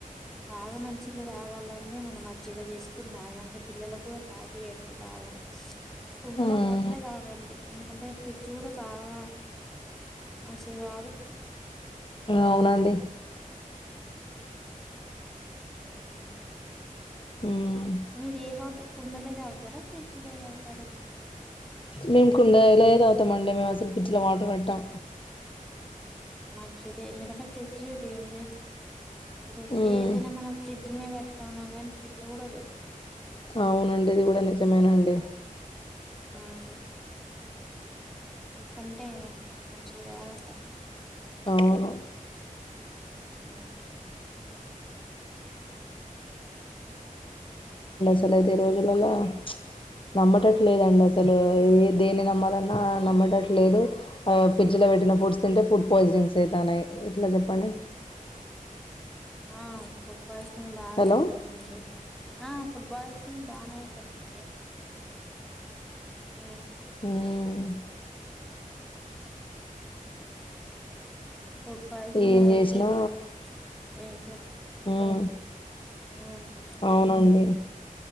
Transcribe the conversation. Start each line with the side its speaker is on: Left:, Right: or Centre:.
Centre: బాగా మంచిళ్ళ తాగాలండి మనం మజ్జిగా చేసుకుని తాగండి పిల్లలు కూడా తాపియండి బాగా కుండల
Left: ఉమ్
Centre: వాటరే తాగండి ఎందుకంటే ఫ్రిడ్జ్ కూడా బాగా మంచిది కాదు
Left: అవునండి
Centre: మ్మ్ హ్మ్
Left: ఉమ్
Centre: మీరు ఏ వాటు కుండలోవి తాగుతరా ఫ్రిడ్జ్ లోవి తాగుతరా
Left: మేము కుండలే తాగుతమండి అండి మేము అసలు ఫ్రిడ్జ్ లో వాటర్ పెట్టం
Centre: మ్మ్ హ్మ్ మంచిది ఎందుకంటే ఫ్రిడ్జ్ డేంజర్ అది. ఇప్పుడు
Left: ఉమ్
Centre: ఏదైనా మనం ఫ్రిజ్జుల్నే పెడు తవునంగాని పెట్టకూడదు.
Left: అవునండి ఇది కూడా నిజమేనండి.
Centre: ఆహ్. ఎందుకంటే మంచిది కాదంట.
Left: అవును.
Centre: ఉమ్
Left: అసలుయితే ఈ రోజులలో ప్చ్ నమ్మేటట్లేదండి అసలు ఏ దేన్ని నమ్మాలన్నా నమ్మేటట్లేదు ఫ్రిడ్జ్ లో పెట్టిన ఫుడ్స్ తింటే ఫుడ్ పాయిజనింగ్స్ అయిత ఉన్నాయి ఎట్లా చెప్పండి.
Centre: ఆహ్. మోషన్స్ బాగా
Left: హలో
Centre: అయితున్నాయి అండి ఆహ్. ఫుట్బల్ సింగ్. బానేవుతునయండి. ఆహ్
Left: ఉమ్మ్.
Centre: ఫుడ్ ఫైజింగ్
Left: ఏం
Centre: అయితేవా
Left: చేసినా
Centre: డేంజర్.
Left: ఉమ్.
Centre: ఉమ్
Left: అవునండి.